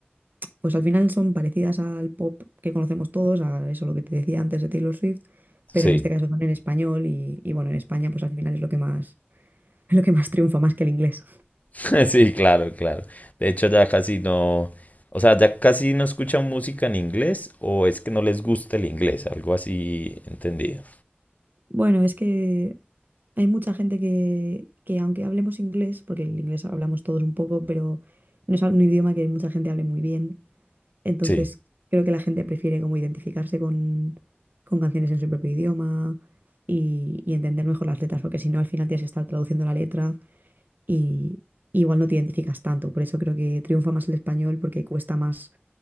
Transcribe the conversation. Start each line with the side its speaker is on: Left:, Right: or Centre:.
Right: pues al final son parecidas al pop que conocemos todos, a eso lo que te decía antes de Taylor Swift, pero
Left: Sí,
Right: en este caso son en español y, y bueno, en España pues al final es lo que más, <laughs> es lo que más triunfa, más que el inglés.
Left: <laughs> sí, claro, claro. De hecho, ya casi no... O sea, ya casi no escuchan música en inglés o es que no les gusta el inglés, algo así entendido.
Right: Bueno, es que hay mucha gente que, que aunque hablemos inglés, porque el inglés hablamos todos un poco, pero no es un idioma que mucha gente hable muy bien, entonces
Left: Sí.
Right: creo que la gente prefiere como identificarse con, con canciones en su propio idioma y, y entender mejor las letras, porque si no al final tienes que estar traduciendo la letra y igual no te identificas tanto. Por eso creo que triunfa más el español porque cuesta más